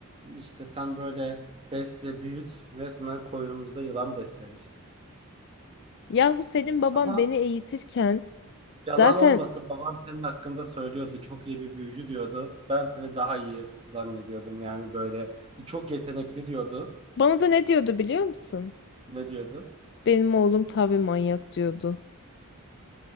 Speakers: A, on the right; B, on the left.
A: işte sen böyle besle büyüt resmen koynumuzda yılan beslemişiz.
B: Yahu senin babam
A: Ama
B: beni eğitirken
A: yalan
B: zaten
A: olmasın babam senin hakkında söylüyordu. Çok iyi bir büyücü diyordu. Ben seni daha iyi zannediyordum. Yani böyle çok yetenekli diyordu.
B: bana da ne diyordu biliyor musun?
A: Ne diyordu?
B: Benim oğlum tabii manyak diyordu.